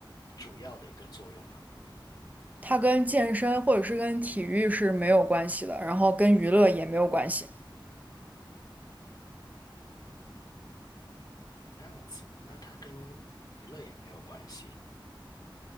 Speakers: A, on the left; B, on the right.
A: 主要的一个作用呢？
B: 它跟健身或者是跟体育是没有关系的，然后跟娱乐也没有关系，
A: 这样子，那它跟娱乐也没有关系。